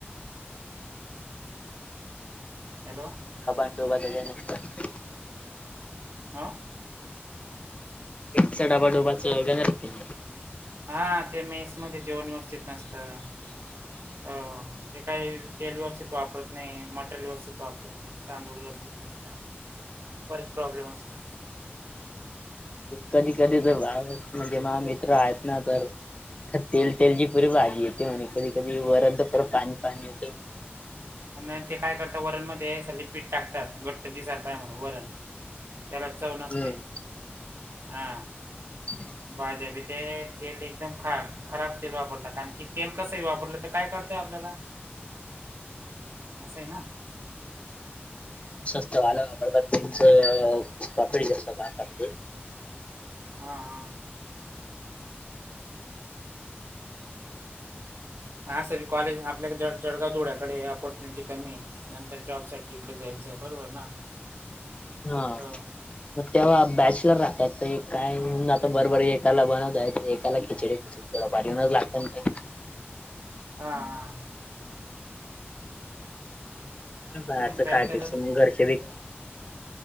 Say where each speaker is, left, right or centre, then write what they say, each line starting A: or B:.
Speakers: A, on the right; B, on the left.
A: हॅलो
B: खपाट टोबात <unintelligible> नुसतं
A: हां
B: एकचा डबा डोबाचं <unintelligible>
A: हा, ते मेसमध्ये जेवण व्यवस्थित नसतं हो, ते काही तेल व्यवस्थित वापरत नाही, मटेरियल व्यवस्थित वापरत नाही तांदूळ व्यवस्थित नसता, बरेच प्रॉब्लेम असता
B: कधी कधी तर <unintelligible> म्हणजे महा मित्र आहेत ना तर तर तेल तेलची पुरी भारी येते म्हणे, कधी- कधी वरण तर पुरं पाणी - पाणी येतं
A: हो म अन ते काय करता वरणमध्ये सगळे पीठ टाकतात घट्ट दिसाय पाहिजे म्हणून वरण त्याला चव नसते,
B: हम्म
A: हा
B: <inaudible>
A: भाज्याबी ते तेल एकदम ख खराब तेल वापरतात, आणकी तेल कसही वापरलं तर काय कळते आपल्याला असं आहे ना?
B: सस्त वालं वापरतात त्यांच <unintelligible> पाणी टाकतोय
A: हा, आ हा सर कॉलेज आपल्या जर्जगाव धूळ्याकडे आहे ऑपॉर्च्युनिटी कमी आहे. नंतर जॉब साठी, इकडेच यायचं आहे, बरोबर ना?
B: हा
A: हो.
B: म तेंव्हा बॅचलर राहतात ते काय म्हणून आता, बरोबर एकाला बनवतायत एकाला खिचडी थोडं बाजूनंच लागत ना काही?
A: हा, हा
B: म्हणून बाहेरच
A: नाही बॅचलरच
B: काय ते <unintelligible> घरचे बी